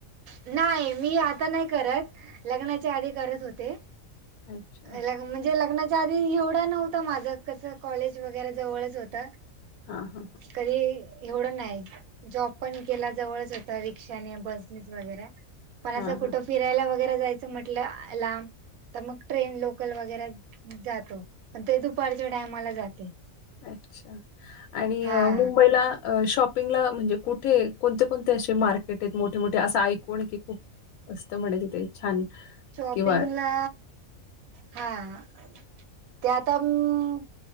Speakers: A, on the right; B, on the left.
A: नाही मी आता नाही करत, लग्नाच्या आधी करत होते.
B: अच्छा
A: लग्न म्हणजे लग्ना च्याआधी एवढं नव्हतं माझं, कसं कॉलेज वगैरे जवळच होत.
B: हा हा हा
A: कधी एवढं नाही जॉब पण, केला जवळच होता, रिक्षाने बस <inaudible> इज वगैरेये, पण
B: हा
A: अस कुठं
B: हा.
A: फिरायला वगैरे जायचं म्हटलं लांब, तर मग ट्रेन लोकल वगैरे जातो. ते दुपारच्या टायमाला जाते.
B: अच्छा! आणि
A: हा
B: मुंबईला अ शॉपिंगला म्हणजे कुठे कोणते, कोणते, असे मार्केट आहेत, मोठे मोठे असं ऐकून की खूप असतं म्हण तिथे छान
A: शॉपिंगला
B: किंवा
A: हा, ते आताम्म